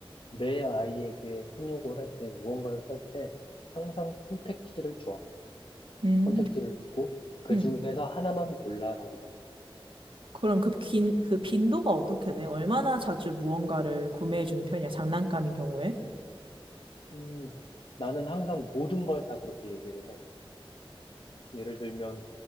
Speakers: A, on the left (about 65°); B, on the right (about 65°).
A: 내 아이에게 훈육을 할 때, 무언가를 살 때, 항상 선택지를 줘.
B: 음,
A: 선택지를 주고, 그
B: 응.
A: 중에서 하나만 골라라고 말을 해.
B: 그럼 그 빈, 그 빈도가 어떻게 돼? 얼마나 자주 무언가를 구매해주는 편이야? 장난감인 경우에?
A: 음, 나는 항상 모든 걸 다 그렇게 얘기를 해. 예를 들면,